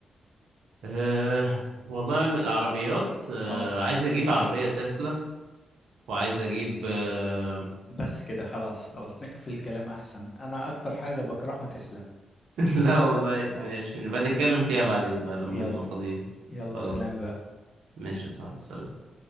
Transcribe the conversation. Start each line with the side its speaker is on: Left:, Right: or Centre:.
Right: أه والله من العربيات أه
Left: اه
Right: عايز اجيب عربية تسلا وعايز اجيب أه
Left: بس كده خلاص خلاص نقفل الكلام احسن انا اكتر حاجة بكرهها تسلا
Right: <laughs> لا والله
Left: اه
Right: ماشي نبقى نتكلم فيها بعدين بقى لما
Left: يلا
Right: نبقى فاضيين
Left: يلا
Right: خلاص
Left: سلام بقى
Right: ماشي يا صاحبي سلام